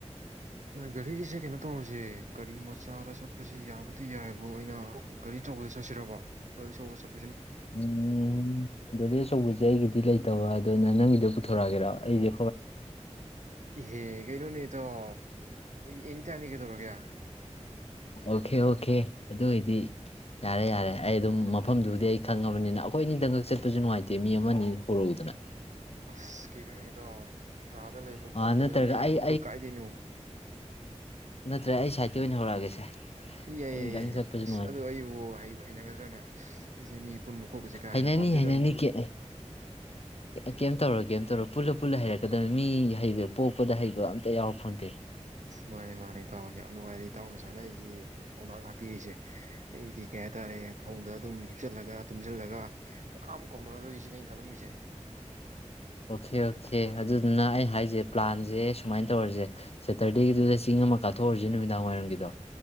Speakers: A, on the right (about 85°); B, on the left (about 55°).
A: ꯒꯥꯔꯤꯒꯤꯁꯦ ꯀꯩꯅꯣ ꯇꯧꯔꯁꯦ ꯒꯥꯔꯤ ꯃꯆꯥꯗ ꯆꯠꯄꯁꯤ ꯌꯥꯕꯨꯗꯤ ꯌꯥꯏꯕꯨ ꯑꯩꯅ ꯒꯥꯔꯤꯆꯧꯕꯗ ꯆꯠꯁꯤꯔꯕ ꯒꯥꯔꯤ ꯑꯆꯧꯕ ꯆꯠ
B: ꯎꯝꯝ ꯒꯥꯔꯤ ꯑꯆꯧꯕꯁꯦ ꯑꯩꯒꯤꯗꯤ ꯗꯤ ꯂꯩꯇꯕ ꯑꯗꯨꯅ ꯅꯪꯒꯤꯗꯨ ꯄꯨꯊꯣꯔꯛꯑꯒꯦꯔꯥ ꯑꯩꯁꯦ
A: ꯍꯦ ꯀꯩꯅꯩꯅꯣ ꯑꯦꯌꯥꯏ ꯑꯣ ꯑꯦꯅꯤ ꯇꯥꯏꯝꯅꯤ ꯀꯩꯗꯧꯔꯒꯦ
B: ꯑꯣꯀꯦ ꯑꯣꯀꯦ ꯑꯗꯨ ꯑꯣꯏꯏꯗꯤ ꯌꯥꯔꯦ ꯌꯥꯔꯦ ꯑꯩ ꯑꯗꯨꯝ ꯃꯐꯝꯗꯨꯕꯨꯗꯤ ꯑꯩ ꯈꯪꯉꯕꯅꯤꯅ ꯑꯩꯈꯣꯏ ꯑꯅꯤꯗꯪꯀꯛ ꯆꯠꯄꯁꯨ ꯅꯨꯡꯉꯥꯏꯇꯦ ꯃꯤ ꯑꯃꯅꯤ ꯍꯧꯔꯛꯎꯗꯅ
A: ꯎꯟ ꯀꯩꯅꯣꯅꯦ ꯑꯣ ꯀꯥꯗ ꯂꯩꯕ
B: ꯑ
A: ꯐꯧꯃꯨꯡꯗ
B: ꯅꯠꯇ꯭ꯔꯒ
A: ꯂꯩꯕ ꯑꯩꯒꯤꯕꯨ
B: ꯑꯩ
A: ꯀ ꯀꯥꯏꯗꯩꯅꯣ
B: ꯅꯇꯔ꯭ꯒ ꯑꯩ ꯁꯥꯏꯠꯇꯤ ꯑꯣꯏꯅ ꯍꯧꯔꯛꯑꯒꯦꯁꯦ ꯑꯩꯈꯣꯏꯅꯤꯗꯪ
A: ꯌꯥꯏꯌꯦꯏ ꯌꯥꯏꯌꯦ
B: ꯆꯠꯄꯁꯨ
A: ꯑꯁ
B: ꯅꯨꯡꯉꯥꯏꯇꯦ
A: ꯑꯗꯣ ꯑꯩꯕꯨ ꯍꯩꯕꯨ ꯍꯩꯅꯒꯗ꯭ꯔꯥꯅꯦ ꯑꯩꯁꯦ ꯃꯤ ꯄꯨꯟꯕ ꯈꯣꯠꯄꯁꯦ ꯀꯥ
B: ꯍꯩꯅꯅꯤ
A: ꯍꯦꯟꯅ ꯄꯥꯝꯖꯗꯕꯅꯤꯅꯦ
B: ꯍꯩꯅꯅꯤ ꯀꯦ ꯀꯩꯝ ꯇꯧꯔꯣꯏ ꯀꯩꯝ ꯇꯧꯔꯣꯏ ꯄꯨꯜꯂ ꯄꯨꯜꯂ ꯍꯩꯔꯛꯀꯗꯕꯅꯤ ꯃꯤ ꯍꯩꯕ ꯄꯣꯛꯄꯗ ꯍꯩꯕ ꯑꯝꯇ ꯌꯥꯑꯣꯄꯣꯟꯇꯦ
A: ꯃꯥꯅꯦ ꯃꯥꯅꯦ ꯇꯥꯎꯒꯤ ꯌꯥꯝ ꯅꯨꯡꯉꯥꯏꯔꯦ ꯏꯇꯥꯎꯅ ꯁꯨꯃꯥꯏꯅ ꯑꯩꯒꯤ ꯊꯧꯅꯥ ꯍꯥꯞꯄꯤꯔꯤꯁꯦ ꯑꯩꯗꯤ ꯀꯩ ꯍꯥꯏꯇꯥꯔꯦ ꯐꯧꯗ ꯑꯗꯨꯝ ꯍꯤꯞꯆꯜꯂꯒ ꯇꯨꯝꯁꯤꯜꯂꯒ ꯀꯅꯥꯝ ꯀꯥꯎꯅꯔꯔꯣꯏꯒꯁꯤꯅ ꯑꯩꯅ ꯈꯜꯂꯝꯃꯤꯁꯦ
B: ꯑꯣꯀꯦ ꯑꯣꯀꯦ ꯑꯗꯨꯗꯨꯅ ꯑꯩ ꯍꯥꯏꯁꯦ ꯄ꯭ꯂꯥꯟꯁꯦ ꯁꯨꯃꯥꯏꯅ ꯇꯧꯔꯁꯦ ꯁꯦꯇꯔꯗꯦꯒꯤꯗꯨꯗ ꯆꯤꯡ ꯑꯃ ꯀꯥꯊꯣꯛꯎꯔꯁꯦ ꯅꯨꯃꯤꯗꯥꯡꯋꯥꯏꯔꯝꯒꯤꯗꯣ